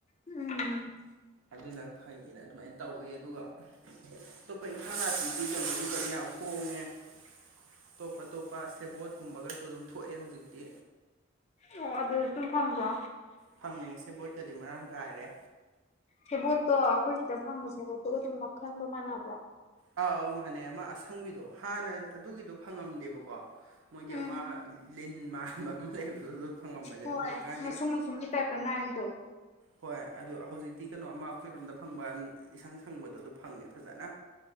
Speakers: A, on the left; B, on the right.
A: ꯎꯝ
B: ꯑꯗꯨꯅ ꯐꯩꯉꯦꯅ ꯑꯗꯨꯃꯥꯏꯅ ꯇꯧꯋꯦ ꯑꯗꯨꯒ ꯑꯇꯣꯞꯄ ꯏꯟꯐꯥꯡꯜ ꯅꯥꯄꯤꯒꯤ ꯀꯩꯅꯣꯒꯨꯝꯕꯗꯤ ꯌꯥꯝ ꯍꯣꯡꯉꯦ ꯑꯇꯣꯞ ꯑꯇꯣꯞꯄ ꯁꯦꯕꯣꯠꯀꯨꯝꯕꯒꯁꯨ ꯑꯗꯨꯝ ꯊꯣꯛꯑꯦ ꯍꯧꯖꯤꯛꯇꯤ
A: ꯑꯣ ꯑꯗꯨ ꯑꯗꯨꯝ ꯐꯪꯕ꯭ꯔꯣ
B: ꯐꯪꯉꯦ ꯁꯦ ꯕꯣꯠꯇꯗꯤ ꯃꯔꯥꯡ ꯀꯥꯏꯔꯦ
A: ꯁꯦꯕꯣꯠꯇꯣ ꯑꯩꯈꯣꯏ ꯁꯤꯗ ꯐꯪꯕ ꯁꯦꯕꯣꯠꯇꯨꯒ ꯑꯗꯨꯝ ꯃꯈꯟꯒꯣ ꯃꯥꯟꯅꯕ꯭ꯔꯣ
B: ꯑ ꯑꯧ ꯃꯥꯅꯦ ꯑꯃ ꯑꯁꯪꯕꯤꯗꯣ ꯍꯥꯟꯅ ꯑꯗꯨꯒꯤꯗꯣ ꯐꯪꯉꯝꯗꯦꯕꯀꯣ ꯃꯣꯏꯒꯤ
A: ꯎꯝ
B: ꯑꯃ ꯂꯤꯟ ꯃꯥꯟꯕ ꯑꯃ ꯂꯩꯕꯗꯨꯁꯨ ꯐꯪꯉꯝꯕꯅꯤ
A: ꯍꯣꯏ
B: ꯑꯗꯣ ꯍꯧꯖꯤꯛꯀꯥꯟꯗꯤ
A: ꯃꯁꯨꯡ ꯃꯁꯨꯡꯒꯤ ꯇꯥꯏꯞꯇ ꯅꯥꯏꯕꯤꯗꯣ
B: ꯍꯣꯏ ꯑꯗꯨ ꯍꯧꯖꯤꯛꯇꯤ ꯀꯩꯅꯣꯝꯃ ꯑꯩꯈꯣꯏꯔꯣꯝꯗ ꯐꯪꯕ ꯏꯁꯪ ꯁꯪꯕꯗꯣ ꯑꯗꯨ ꯐꯪꯉꯦ ꯐꯖꯅ